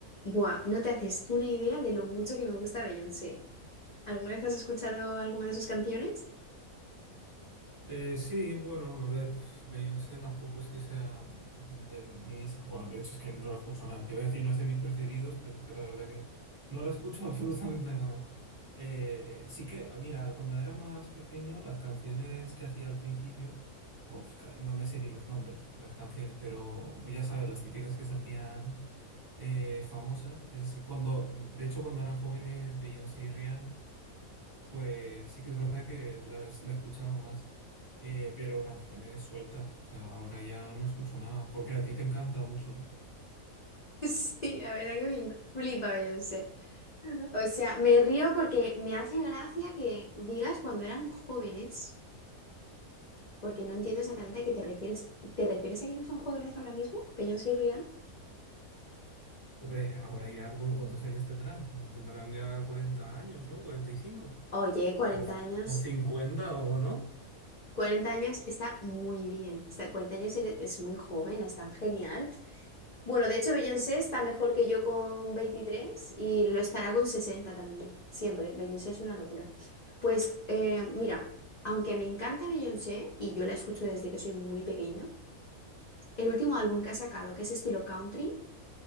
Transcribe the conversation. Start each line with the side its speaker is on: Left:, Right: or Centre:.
Left: Buah, no te haces una idea de lo mucho que me gusta Beyoncé. ¿Alguna vez has escuchado alguna de sus canciones?
Right: Eh, sí, bueno, a ver, Beyoncé tampoco es que sea de mis... Bueno, de hecho es que no la escucho nada. Te iba a decir, no es de mis preferidos, pero es que la verdad que no la escucho <laughs> absolutamente nada. Eh, sí que, ah, mira, cuando era más pequeño, las canciones que hacía al principio, bueno, pues, ca- no me sé ni los nombres de las canciones, pero pues, ya sabes, las típicas que se hacían eh, famosas. Es así, cuando, de hecho, cuando eran jóvenes, Beyoncé y Rihanna. Pues sí que es verdad que la, es- la he escuchado más, eh, pero canciones sueltas, o sea, ahora ya no escucho nada, porque a ti te encanta mucho, ¿no?
Left: <laughs> Sí, la verdad que me flipa Beyoncé. O sea, me río porque me hace gracia que digas cuando eran jóvenes, porque no entiendo exactamente a qué te refieres. ¿Te refieres a que no son jóvenes ahora mismo? Beyoncé y Rihanna.
Right: Hombre, ahora ya, ¿cu- ¿cuántos años tendrán? Tendrán ya 40 años, ¿no? ¿45?
Left: Oye, 40
Right: ¿O, ci-
Left: años.
Right: o 50 o no?
Left: cuarenta años está muy bien. Está, 40 años eres- es muy joven, es tan genial. Bueno, de hecho Beyoncé está mejor que yo con 23 y lo estará con 60 también, siempre. Beyoncé es una locura. Pues eh, mira, aunque me encanta Beyoncé y yo la escucho desde que soy muy pequeña, el último álbum que ha sacado, que es estilo country,